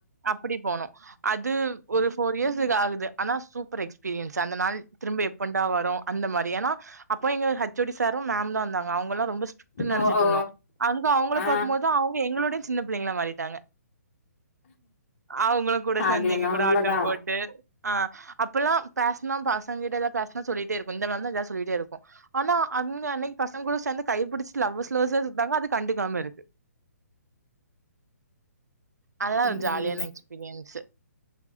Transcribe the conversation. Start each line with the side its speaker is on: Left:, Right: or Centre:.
Right: அப்படி போனோம் அது ஒரு போர் இயர்ஸக்கு ஆகுது ஆனா சூப்பர் எக்ஸ்பீரியன்ஸ் அந்த நாள் திரும்ப எப்பண்டா வரும் அந்த மாரி ஏன்னா அப்போ எங்க ஹச்சோடி சாரும் மேம் தான் வந்தாங்க அவங்களும் ரொம்ப ஸ்ட்ரிக் நினைச்சிட்டு
Left: ஓ ஓ
Right: இருந்தோ அங்க அவங்களை
Left: ஆ
Right: பார்க்குகம்போது அவங்க எங்களுடைய ஸ்ட் சின்ன பிள்ளைங்களா மாறிட்டாங்க அவங்களும் கூட சேர்ந்து
Left: அது என்னவோ
Right: எங்க கூட
Left: உண்மதா
Right: ஆட்டம் போட்டு ஆஹ் அப்பல்லாம் பேசனா பாஸ் கிட்டதா பேசானு சொல்லிட்டே இருக்கும் இந்த தான் எதது சொல்லிட்டே இருக்கும் ஆனா அன்னைக்கு பசங்க கூட சேர்ந்து கைப்பிடிச்ச லவ்வஸ் லவ்வஸ்சா சுத்துறாங்க அது கண்டுக்காம இருக்கு அதலா
Left: ம்
Right: ஒரு ஜாலியான எக்ஸ்பீரியன்ஸ்